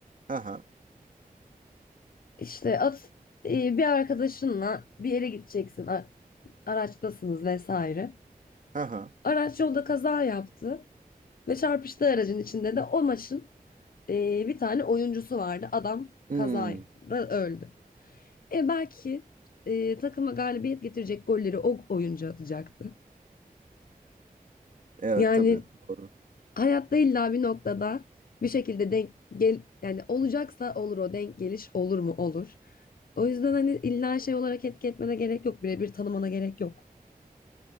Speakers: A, on the right (about 60°); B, on the left (about 70°).
A: aha,
B: İşte at eee, bir arkadaşınla bir yere gideceksin a- araçtasınız vesaire.
A: aha.
B: Araç yolda kaza yaptı ve çarpıştığı aracın içinde de o maçın eee, bir tane oyuncusu vardı. Adam
A: Hmm,
B: kazada öldü. E belki eee, takıma galibiyet getirecek golleri o oyuncu atacaktı.
A: evet
B: Yani
A: tabii doğru.
B: hayatta illa bir noktada bir şekilde denk gel yani olacaksa olur o denk geliş olur mu olur. O yüzden hani illa şey olarak etki etmene gerek yok. Birebir tanımana gerek yok.